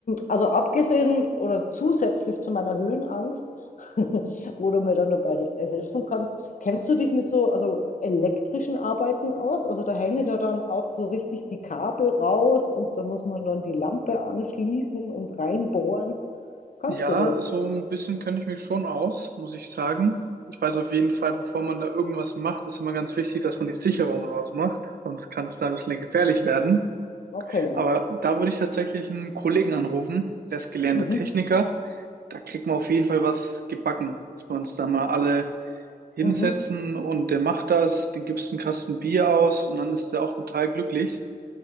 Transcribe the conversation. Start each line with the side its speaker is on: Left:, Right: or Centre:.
Left: Also abgesehen oder zusätzlich zu meiner Höhenangst, <laughs> wo du mir dann dabei he- äh, helfen kannst, kennst du dich mit so also elektrischen Arbeiten aus? Also da hängen ja dann auch so richtig die Kabel raus und da muss man dann die Lampe anschließen und reinbohren. Kannst
Right: ja,
Left: du das?
Right: so ein bisschen kenne ich mich schon aus, muss ich sagen. Ich weiß auf jeden Fall, bevor man da irgendwas macht, ist immer ganz wichtig, dass man die Sicherung ausmacht. Sonst kann es da ein bisschen gefährlich werden.
Left: Okay.
Right: Aber da würde ich tatsächlich einen Kollegen anrufen, der ist gelernter
Left: Mhm.
Right: Techniker. Da kriegt man auf jeden Fall was gebacken, dass wir uns da mal alle hinsetzen
Left: Mhm.
Right: und der macht das, den gibst einen Kasten Bier aus und dann ist der auch total glücklich.